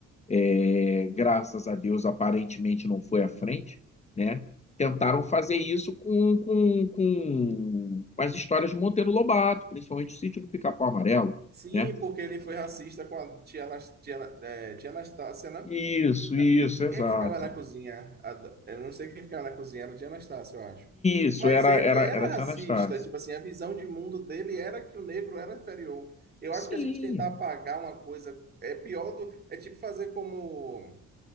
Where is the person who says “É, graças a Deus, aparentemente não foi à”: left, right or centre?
Left